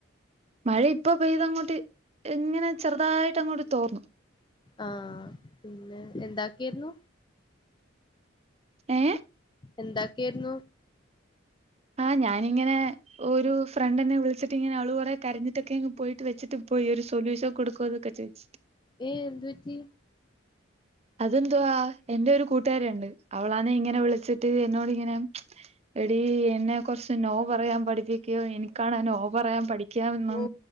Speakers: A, on the right; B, on the left.
A: മഴ ഇപ്പ പെയ്ത് അങ്ങോട്ട് എങ്ങനെ ചെറുതായിട്ട് അങ്ങോട്ട് തോർന്നു
B: ആഹ പിന്നെ എന്താക്കിരുന്നു
A: ഏ
B: എന്താക്കെയയിരുന്നു
A: ആ ഞാനിങ്ങനെ ഒരു ഫ്രണ്ട്ന്നെ വിളിച്ചിട്ട് ഇങ്ങനെ അവള് കുറെ കരഞ്ഞിട്ടൊക്കെങ് പോയിട്ട് വെച്ചിട്ട് ഒരു സൊല്ൂഷ കൊടുക്കോതൊക്കെ ചോദിച്ചട്ട്
B: ഏയ് എന്തു പറ്റി
A: അതെന്തുവാ എൻറെ ഒരു കൂട്ടുകാരി ഉണ്ട് അവളാന്ന് ഇങ്ങനെ വിളിച്ചിട്ട് എന്നോട്ങ്ങനെ എടി എന്നെ കുറച്ച് നോ പറയാൻ പഠിപ്പിക്കോ എനിക്ക് കാണൻ ഓ നോ പറയാൻ പഠിക്കൻ ഒന്നും
B: ഓ